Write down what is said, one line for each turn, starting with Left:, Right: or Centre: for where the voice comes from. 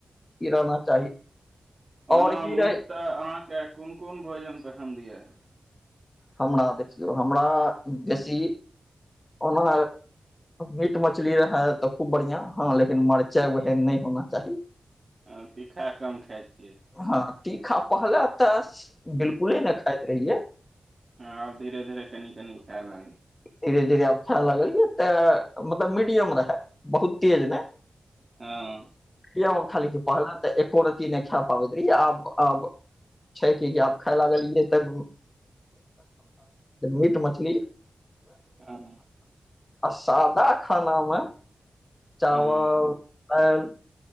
Left: इ रहना चाही
Right: ओना
Left: आओर की
Right: मुखतह
Left: रहै
Right: अहाँके कोन-कोन भोजन पसन्द ये?
Left: हमरा, देखियौ हमरा बेसी ओना मीट-मछली रहए त खुब बढ़िआं हँ लेकिन मरचाइ ओहन नै होना चाही
Right: ह, तीखा कम खाइ छी।
Left: हँ तीखा पहिले त बिलकुले नै खाइत रहियैय
Right: हँ आब धीरे-धीरे कनी-कनी खाय लगलिए।
Left: धीरे-धीरे आब खाय लगलिए तें मतलब मीडियम रहैय बहुत तेज नै
Right: हँ।
Left: पहिले त एको रत्ती नै खा पाबैत रहियै आब-आब छै कि आब खाय लागलियै त मीट-मछली
Right: उएह न
Left: आ सादा खानामे चावल,
Right: हँ
Left: दालि,